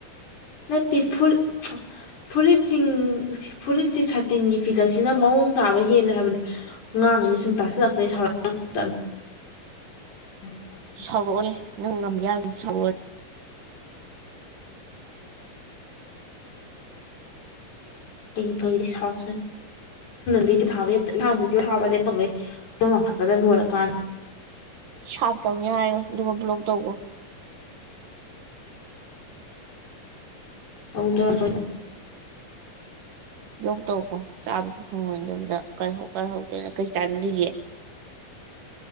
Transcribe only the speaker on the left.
ꯅ ꯇꯤꯐꯨꯔ ꯐꯨꯔꯤꯠꯁꯤꯡ ꯐꯨꯔꯤꯠꯁꯤ ꯁꯥꯇꯤꯟꯒꯤ ꯐꯤꯗꯛꯁꯤꯅ ꯃꯑꯣꯡ ꯇꯥꯕ ꯍꯦꯜꯂꯦ ꯍꯥꯏꯕꯅꯦ ꯉꯥꯡꯉꯤꯁꯦ ꯁꯨꯝ ꯇꯥꯁꯤꯜꯂꯛꯇ ꯑꯩ ꯁꯥꯎꯔ <inaudible>
ꯑꯩꯒꯤ ꯐꯗꯤ ꯁꯥꯎꯔꯛꯆꯥꯅꯤ꯫ ꯃꯤꯗꯤ ꯊ ꯂꯍꯥꯡ ꯃꯤꯁꯨꯣ ꯍꯥꯕ ꯂꯦꯞꯄꯩ ꯑꯩꯈ ꯋꯥꯡꯈꯠꯄꯗ ꯂꯣꯏꯔꯀꯥꯟ
<unintelligible>
<inaudible>